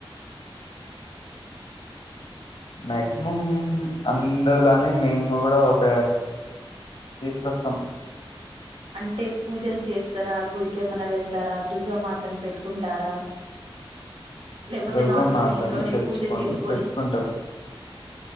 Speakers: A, on the right (about 75°); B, on the left (about 60°).
A: త్ర
B: మాక్సిమం ఉండదనే మేము కూడా ఒక తీసు స
A: అంటె పూజలు చేస్తారా గుడికి ఏమనా వెళ్తారా దుర్గామాతను పెట్టుకుంటారా లేకపోతే
B: దుర్గమాతని
A: నార్మల్ గా ఇంట్లోనే
B: తెచ్చుకొని
A: పూజ చేసుకొని
B: పెట్టుకుంటాం